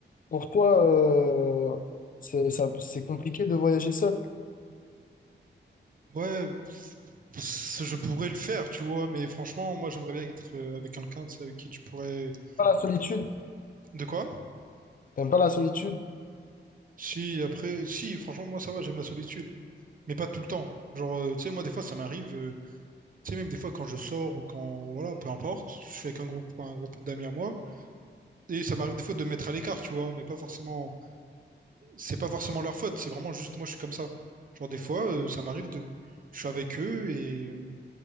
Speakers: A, on the left (about 45°); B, on the right (about 45°).
A: Pour toi, euh, c'est ça- c'est compliqué de voyager seul?
B: Ouais, c- je pourrais le faire, tu vois, mais franchement, moi, j'aimerais bien être euh, avec quelqu'un, tu sais, avec qui tu pourrais...
A: Pas la solitude?
B: avec- De quoi?
A: T'aimes pas la solitude?
B: Si, après, si, franchement, moi, ça va, j'aime la solitude, mais pas tout le temps. Genre, euh, tu sais, moi, des fois, ça m'arrive. euh, Tu sais, même des fois, quand je sors ou quand, voilà, peu importe, je suis avec un groupe, un groupe d'amis à moi, et ça m'arrive des fois de me mettre à l'écart, tu vois, mais pas forcément, c'est pas forcément leur faute, c'est vraiment juste moi, je suis comme ça. Genre, des fois, euh, ça m'arrive de, je suis avec eux et, euh,